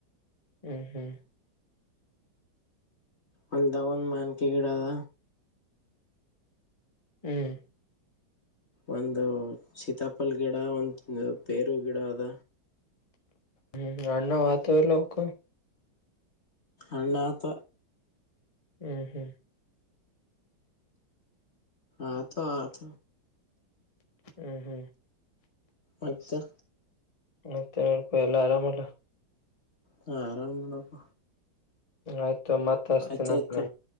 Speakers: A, on the left; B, on the left.
A: ಹ್ಮ್ ಹ್ಮ್
B: ಒಂದು ದಗನ್ ಮಾನ್ಕೆ ಗಿಡದ
A: ಹ್ಮ್
B: ಒಂದು ಸೀತಾಪಲ್ ಗಿಡ ಒಂದು ಪೇರು ಗಿಡ ಅದ
A: ಹ್ಮ್ ಅಣ್ಣ ವತವೆ ಲೌಕ
B: ಅಲ್ಲತ
A: ಹ್ಮ್ ಹ್ಮ್
B: ಆತ ಆತ
A: ಹ್ಮ್ ಹ್ಮ್
B: ಮತ್ತ
A: ಮತ್ತೆ ಏನ ಪಾ ಎಲ್ಲ ಆರಾಮಲ್ಲ.
B: ಹು ಆರಾಮ ಬಿಡಪ್ಪ
A: ಆಯ್ತು ಮತ್ ಹಸ್ತೇನಂತ
B: ಆಯ್ತಾಆಯ್ತು